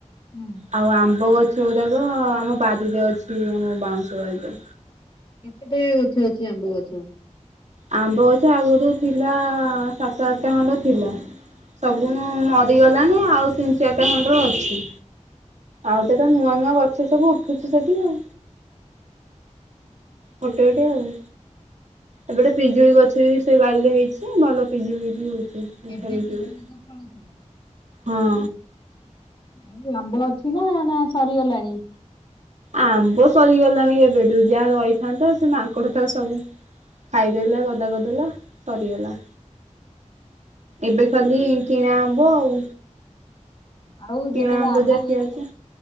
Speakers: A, on the left; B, on the right.
A: ହୁଁ।
B: ଆଉ ଆମ୍ବ ଗଛ ଗୁଡ଼ାକ ଆମ ବାରିରେ ଅଛି ଆମ ବାଉଁଶ ବାରିରେ।
A: କେତେ ଟାଏ ଅଛି ଅଛି ଆମ୍ବ ଗଛ?
B: ଆମ୍ବ ଗଛ ଆଗରୁ ଥିଲା ସାତ ଆଠଟା ଖଣ୍ଡ ଥିଲା। ସବୁ ମୁ ମରିଗଲାଣି ଆଉ ତିନି ଚାରିଟା ଖଣ୍ଡେ ଅଛି। ଆଉ ତ ଏଟା ନୂଆ ନୂଆ ଗଛ ସବୁ ଉଠୁଛି ସେଠି ଆଉ। ଗୋଟେ ଗୋଟେ ଆଉ। ଏବେ ଗୋଟେ ପିଜୁଳି ଗଛ ବି ସେଇ ବାରିରେ ହେଇଚି ଭଲ ପିଜୁଳି ବି ହୋଉଚି। ମିଠା
A: ଏବେ
B: ପିଜୁଳି
A: ତ ଫଳୁଥିବ।
B: ହଁ।
A: ଆଉ ଆମ୍ବ ଅଛି ନା ସରିଗଲାଣି।
B: ଆମ୍ବ ସରିଗଲାଣି ଏବେଠୁ ଯାହା ରହିଥାନ୍ତା ସେ ମାଙ୍କଡ଼ ଥା ସବୁ ଖାଇଦେଲା ଗଦା ଗଦଲା ସରିଗଲା। ଏବେ ଖାଲି କିଣା ଆମ୍ୱ ଆଉ।
A: ଆଉ
B: କିଣା
A: ଯେତେବେଳେ ଆମ୍ବ
B: ଯାହା
A: ହଉଥିଲା
B: ଖିଆହଉଛି